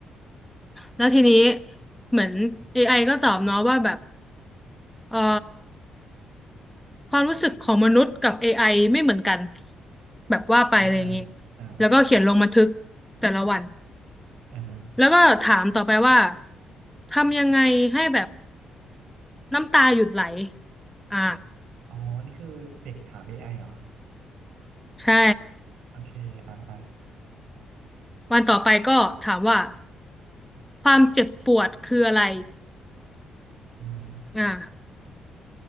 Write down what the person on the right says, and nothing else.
อ่าอ่าอ่าอ่า
อ่าฮะ
อ๋อนี่คือเด็กถาม AI เหรอ
โอเคอ่าอ่า
อืม